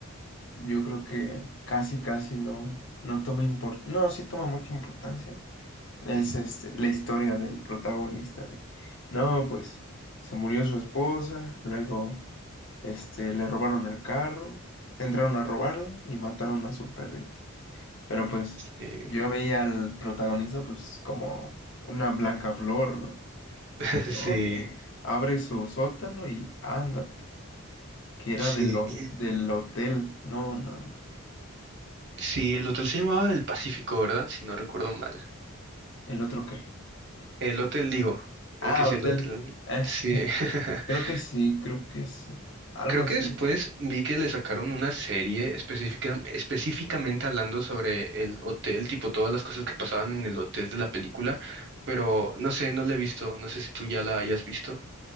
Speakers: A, on the left (about 55°); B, on the right (about 55°).
A: Yo creo que casi, casi no, no toma importancia. No, sí toma mucha importancia. Es
B: Mm,
A: este, la historia del protagonista de, no, pues se murió su esposa, luego este, le robaron el carro, entraron a robarle y mataron a su perrito. Pero pues
B: eh,
A: yo veía al protagonista pues como una blanca flor, ¿no?
B: <laughs>
A: Y no,
B: sí,
A: que abre su sótano y ándate, que era
B: sí,
A: de los,
B: eh,
A: del hotel. No, no,
B: sí, el hotel se llamaba El Pacífico, ¿verdad? Si no recuerdo mal.
A: el otro qué.
B: El hotel, digo, eh,
A: Ah,
B: que es
A: hotel.
B: el hotel.
A: Eh,
B: Sí.
A: <laughs>
B: <laughs>
A: creo que sí, creo que sí. Algo
B: Creo
A: así.
B: que después vi que le sacaron una serie específica, específicamente hablando sobre el hotel, tipo todas las cosas que pasaban en el hotel de la película, pero no sé, no la he visto, no sé si tú ya la hayas visto.